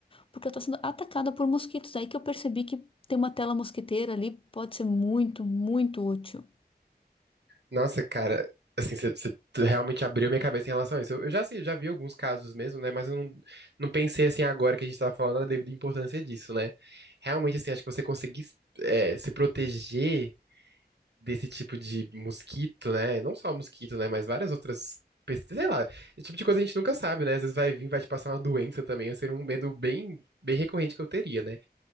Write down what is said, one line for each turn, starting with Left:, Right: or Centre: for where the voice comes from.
Left: porque ela tá sendo atacada por mosquitos. Aí que eu percebi que ter uma tela mosquiteira ali pode ser muito, muito útil.
Right: Nossa, cara, assim, você realmente abriu minha cabeça em relação a isso. Eu, eu já sei, já vi alguns casos mesmo, né? Mas eu não, não pensei assim agora que a gente tava falando da devida importância disso, né? Realmente, assim, acho que você conseguir é, se proteger desse tipo de mosquito, né? Não só mosquito, né? Mas várias outras. pes- Sei lá, esse tipo de coisa a gente nunca sabe, né? Às vezes vai vir, vai te passar uma doença também. Esse seria um medo bem, bem recorrente que eu teria, né?